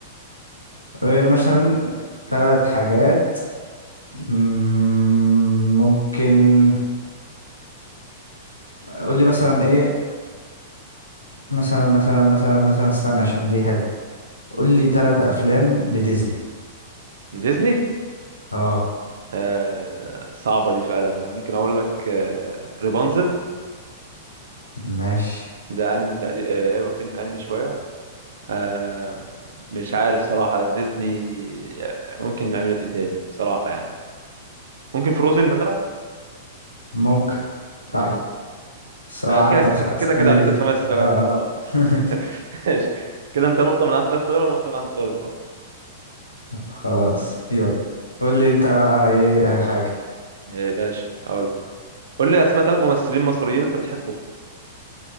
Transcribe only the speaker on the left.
إيه مثلا ثلاث حاجات مم، ممكن قول لي مثلا ايه مثلا مثلا مثلا مثلا استنى عشان دي حلو قول لي ثلاث افلام لديزني
اه
ماشي
ممكن صح
بس هو
عدى
الخمس
ثواني
بكتير
اه اه
<laughs>
خلاص يلا قول لي انت بقى ايه آه، حاجة